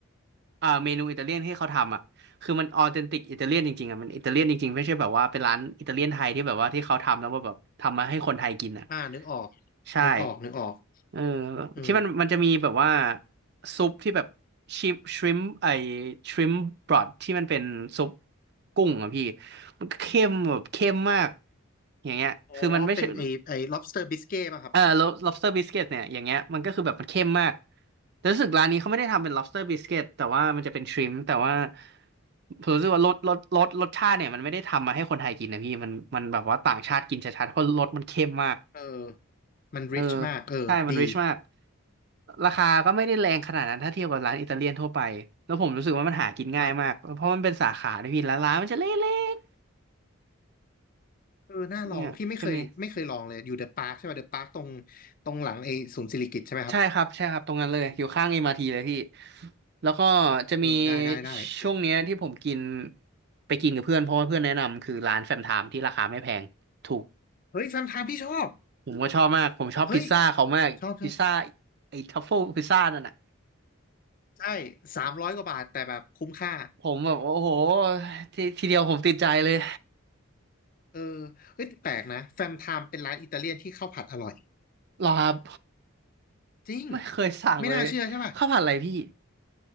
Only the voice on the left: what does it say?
อ่านึกออก
นึกออก นึกออก
เออ
อ๋อ เป็นไอไอ lobster biscuit ป่ะครับ
เออมัน
rich มากเออดี
ครับเออน่าลอง
พี่ไม่เคยไม่เคยลองเลย อยู่เดอะปาร์คใช่ป่ะเดอะปาร์คตรงตรงหลังไอศูนย์สิริกิติ์ใช่ไหมครับ
เออได้ได้ได้เดี๋ยว
เฮ้ยแฟมไทม์พี่ชอบ
เฮ้ยชอบชอบ
ใช่ สามร้อยกว่าบาทแต่แบบคุ้มค่า
เออเฮ้ยแปลกนะแฟมไทม์เป็นร้านอิตาเลียนที่ข้าวผัดอร่อย
จริง
ไม่น่าเชื่อใช่ป่ะ